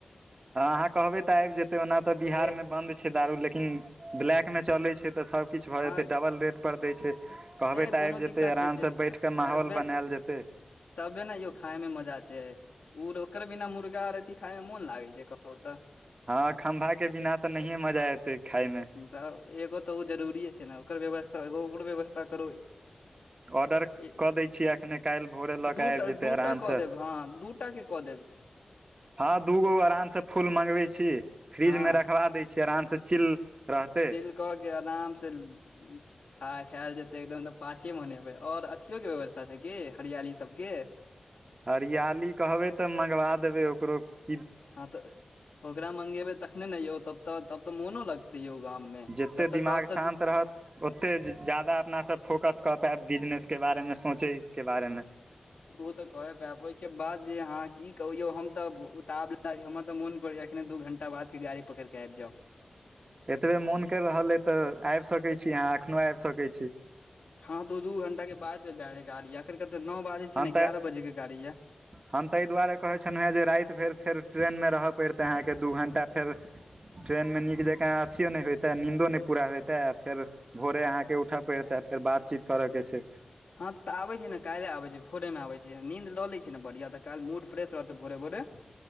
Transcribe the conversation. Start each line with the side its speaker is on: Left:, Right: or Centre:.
Right: हाँ अहाँ कहबे तऽ आब जेते ओना तऽ बिहार
Left: ए
Right: में बन्द- - छै दारू लेकिन ब्लैक में चले छै त सब किछ
Left: हँ
Right: भए जेतै डबल रेट पर दैय छै। कहबै
Left: ए
Right: तऽ
Left: कोनो
Right: आब जेतै
Left: दिक्कत
Right: आराम
Left: नहि छै
Right: स बैठ के माहौल
Left: एबे
Right: बनैल जेते।
Left: तबे नै यौ खाइमे मजा छैई। ओ ओकर बिना मुर्गारथि खाइमे मोन लागै छै कहुँ तऽ --
Right: हाँ खम्भा के बिना तऽ नहिये मजा एते खाइमे।
Left: तऽ एगो तऽ ओ जरूरिए छै नै ओकर व्यवस्था एगो ओकर व्यवस्था करू।
Right: ऑर्डर
Left: ई
Right: कऽ दै छियै एखने काल्हि भोरे लऽ
Left: दूटा
Right: कऽ आबि जेतै
Left: दूटा
Right: आरामसँ
Left: कऽ दैब हां दूटा के कऽ दैब।
Right: हाँ दूगो आराम से फूल मंगवे छी फ्रीज
Left: हँ
Right: में रखवा दैय छी। आराम से चिल रहते।
Left: फिर कह आराम से- - खाइ खाइल जेतै एकदम तऽ पार्टी मनेबै ओर अथियो के व्यवस्था छै कि हरियाली सबके- -
Right: हरियाली कहबै तऽ मँगबा देबै ओकरो- -
Left: हाँ तऽ ओकरा मंगेबै तखने नै यौ तब- - तऽ तब तऽ मोनो लगते यौ गाममें
Right: जतेक
Left: तब
Right: दिमाग
Left: तऽ कहब
Right: शान्त
Left: दु- -
Right: रहत ओतेक ज्यादा अपनासँ फोकस कऽ के बिजनेसके बारेमे सोचैके बारेमे --
Left: उ तऽ कहि पायब ओहिके बाद जे अहाँ की कहौ यौ हम तऽ उताबला छी हमरा तऽ मोन करैएया। कखन दू घण्टा बादके गाड़ी पकड़िके आब जाउ।
Right: एतबे मोन करि रहल अइ तऽ आबि सकै छि, अहाँ एखनो आबि सकै छि।
Left: हँ तऽ ओ दू घं्टा के बाद जाय रहै गाड़ी अखेन कहते नओ बाजै छै
Right: हम
Left: ने
Right: तऽ
Left: एगारह बजे के गाड़ी यए।
Right: हम ताहि दुआरे कहै छलहुँ हेँ जे राति भरि फेर ट्रेनमे रहय पड़तै अहाँकेँ दू घण्टा फेर- - ट्रेन मे नीक जका अथियो नहि होयइते नीन्दो नहि पूरा होयइते आ फेर- - भोरे अहाँके उठऽ पड़तै फेर बातचीत करऽ के छैई।
Left: हँ तऽ आबैत छै ने काल्हि आबैत छै भोरेमे आबैत छै नीन्द लऽ लै ई छै, ने बढ़िआँ तऽ काल्हि मूड फ्रेश रहतै भोरे -भोरे- -